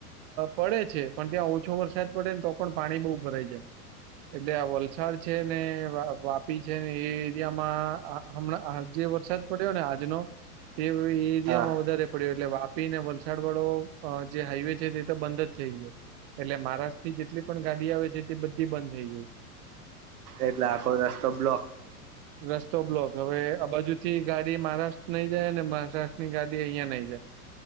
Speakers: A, on the right; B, on the right.
A: પડે છે પણ ત્યાં ઓછો વરસાદ પડે ને તો પણ પાણી બહુ ભરાઈ જાય. એટલે આ વલસાડ છે ને વાપી છે ને એ એરિયામાં. હમણાં જે વરસાદ પડ્યો ને આજનો તે એરિયામાં
B: હા
A: વધારે પડ્યો એટલે વાપીને વલસાડ વાળો જે હાઈવે છે તે તો બંધ જ. થ ગ એટલે મહારાષ્ટ્ર થી જેટલી પણ ગાડી આવે છે તે બધી બંધ થઈ ગઈ.
B: એટલે આખો રસ્તો બ્લોક.
A: રસ્તો બ્લોક હવે આ બાજુ થી ગાડી મહારાષ્ટ્ર નઈ જાય ને મહારાષ્ટ્રની ગાડી અહિયાયા નઈ જાય.